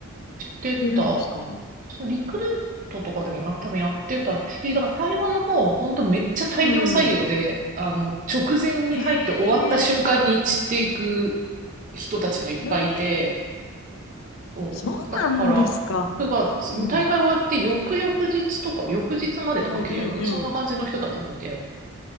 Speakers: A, on the right; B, on the left.
A: 来てた
B: 出るんですか
A: リクルートとかでもなんか多分やってたし、だから最後の方、ほんとめっちゃ大量採用で、
B: うん。
A: あの、直前に入って終わった瞬間に散っていく
B: へえ、
A: 人たちもいっぱいいて、
B: へえ。
A: そう。
B: そうなんですか。
A: だから、9月、
B: うん。
A: もう大会終わって翌々日とか、翌日までとか契約、
B: うんうん
A: そんな感じの人たちもいて、